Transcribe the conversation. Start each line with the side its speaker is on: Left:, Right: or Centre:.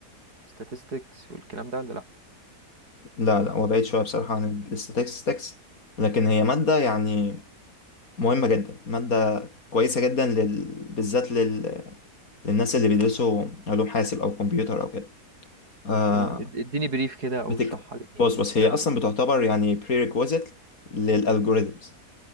Right: الستاتستكس والكلام ده ولا لا
Left: لا لا هو بعيد شوية بصراحة عن الاستاتستكس لكن هي مادة يعني مهمة جدا مادة كويسة جدا لل... بالذات لل... للناس اللي بيدرسوا علوم حاسب أو كمبيوتر أو كده آه
Right: اه إد- اديني بريف كده او
Left: بتك
Right: اشرحها لي يعني
Left: بص
Right: بتتكلم
Left: بص هي
Right: عن
Left: اصلا
Right: ايه
Left: بتعتبر يعني prerequisite للالجوريزمز